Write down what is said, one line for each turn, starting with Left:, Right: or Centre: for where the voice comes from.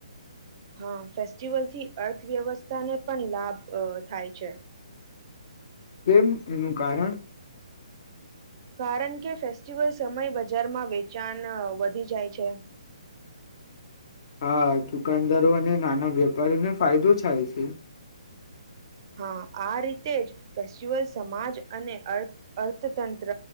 Right: હા ફેસ્ટિવલથી અર્થવ્યવસ્થાને પણ લાભ અ થાય છે.
Left: કેમ એનું કારણ
Right: કારણ કે ફેસ્ટિવલ સમયે બજારમાં વેચાણ વધી જાય છે.
Left: હા દુકાનદારો અને નાના વેપારીને ફાયદો થાય છે.
Right: હા આ રીતે જ ફેસ્ટિવલ સમાજ અને અર્થ અર્થતંત્ર